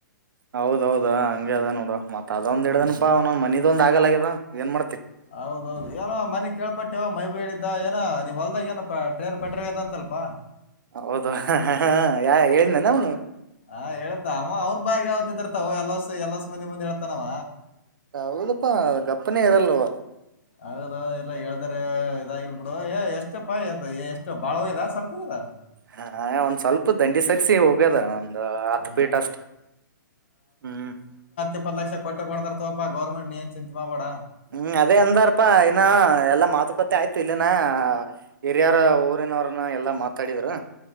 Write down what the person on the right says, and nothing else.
ಹೌದೌದಾ ಹಂಗೆ ಅದ ನೋಡ ಮತ್ ಅದ ಒಂದ್ ಹಿಡ್ದನಪಾ
ಅವನು ಮನಿದೊಂದ್ ಆಗಲ ಆಗಲ್ಯಾಗದ ಏನ್ ಮಾಡ್ತಿ.
ಹೌದ ಆ ಹೇಳ್ದನನ ಅವನು?
ಹೌದಪ್ಪಾ ಗಪ್ಪನೇ ಇರಲ್ವ.
ಹಾ ಒಂದ್ ಸ್ವಲ್ಪ ದಂಡಿ ಸರಿಸಿ ಹೋಗ್ಯದ. ಹತ್ತು
ಫೀಟ್ ಅಷ್ಟು ಹ್ಮ್.
ಹ್ಮ್ ಅದೇ ಅಂದಾರಪಾ ಇನಾ ಎಲ್ಲಾ ಮಾತು ಕತೆ ಆಯ್ತು ಇಲ್ಲಿನ. ಹಿರಿಯಾರು ಊರಿನವರನ್ನೂ ಎಲ್ಲಾ ಮಾತಾಡಿದ್ರು.